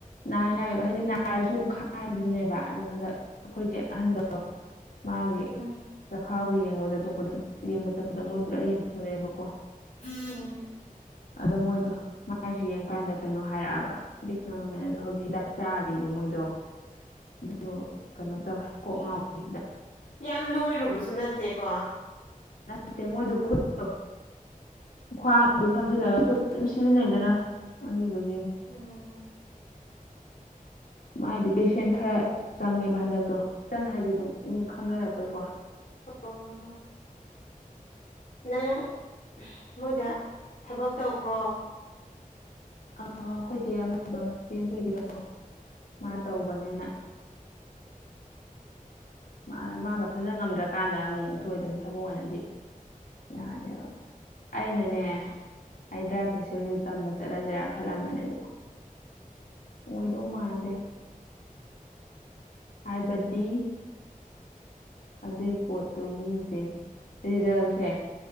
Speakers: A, on the left; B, on the left.
A: ꯅꯥꯏ ꯅꯥꯏꯕ ꯍꯥꯏꯗꯤ ꯅꯥꯔꯁꯨ ꯑꯗꯨꯝ ꯈꯥꯡꯕꯤꯗꯨꯅꯦꯕ ꯑꯗꯣ ꯍꯟꯗꯛ ꯑꯩꯈꯣꯏꯆꯦ ꯑꯍꯟꯗꯣ ꯃꯥꯒꯤ
B: ꯎꯝ
A: ꯆꯈꯥꯎꯒꯤ ꯌꯦꯡꯕ ꯆꯠꯊꯣꯛꯄꯗ ꯌꯦꯡꯕ ꯆꯠꯄꯗ ꯃꯣꯏ ꯄꯨꯂꯞ ꯌꯦꯡ ꯨꯔꯦꯕꯀꯣ
B: ꯎꯝ
A: ꯑꯗꯣ ꯃꯣꯏꯗꯣ ꯃꯥꯁꯤ ꯌꯦꯡꯉꯀꯥꯟꯗ ꯀꯩꯅꯣ ꯍꯥꯏꯔꯛꯑꯕ ꯕꯤꯛꯁꯅ ꯃꯃꯦꯟ ꯑꯗꯣ ꯍꯧꯖꯤꯛ ꯍꯤꯗꯥꯛ ꯆꯥꯔꯤꯕ ꯃꯣꯏꯗꯣ ꯑꯗꯨ ꯀꯩꯅꯣ ꯇꯧꯋꯦ ꯀꯣꯛ ꯉꯥꯎꯕꯤꯗ
B: ꯌꯥꯝ ꯅꯣꯏꯔꯨꯕꯁꯨ ꯅꯠꯇꯦꯀꯣ
A: ꯅꯠꯇꯦ ꯃꯣꯏꯗ ꯈꯨꯠꯇꯣ ꯈ꯭ꯋꯥꯡ ꯑꯗꯨꯝ ꯐꯝꯖꯤꯜꯂꯒ ꯈꯨꯠꯇ ꯑꯗꯨꯝ ꯁꯤꯖꯤꯟꯅꯩ ꯑꯗꯨꯒꯤ
B: ꯎꯝ <inaudible>
A: ꯃꯥꯥꯏꯗꯤ ꯄꯦꯁꯦꯟ ꯈꯔ ꯆꯪꯉꯦꯕ ꯍꯟꯗꯛꯇꯣ ꯆꯪꯉ ꯍꯥꯏꯗꯤ ꯑꯗꯨꯝ ꯃꯤ ꯈꯪꯅꯔꯛꯄꯩꯀꯣ
B: ꯍ ꯍꯣ ꯍꯣ ꯅꯪ ꯃꯣꯏꯗ ꯊꯕꯛ ꯇꯧꯈ꯭ꯔꯣ
A: ꯑ ꯑꯩꯈꯣꯏꯆꯦ ꯑꯃꯗꯣ ꯆꯦꯟ ꯄꯕꯤꯗꯣ ꯃꯥ
B: ꯎꯝ
A: ꯇꯧꯕꯅꯦꯅ ꯃꯥ ꯃꯊꯟꯇ ꯉꯝꯗ꯭ꯔꯀꯥꯟꯗ ꯑꯃꯨꯛ ꯊꯊꯣꯏꯗꯅ ꯊꯕꯛ ꯑꯣꯏꯅꯗꯤ ꯌꯥꯗꯦꯕ ꯑꯩꯅꯅꯦ
B: ꯎꯝ
A: ꯍꯥꯏꯗ꯭ꯔꯥ ꯐꯦꯁꯤꯦꯜ ꯇꯝꯕ ꯆꯠꯂꯁꯤꯔꯥ ꯈꯜꯂꯝꯕꯅꯦꯗꯣ ꯑꯣꯏꯗꯧ ꯃꯥꯟꯗꯦ ꯍꯥꯏꯥꯏꯕꯗꯤ ꯑꯗꯨꯏ ꯄꯣꯠꯇꯣ ꯃꯤꯁꯦ ꯔꯤꯖꯜꯁꯦ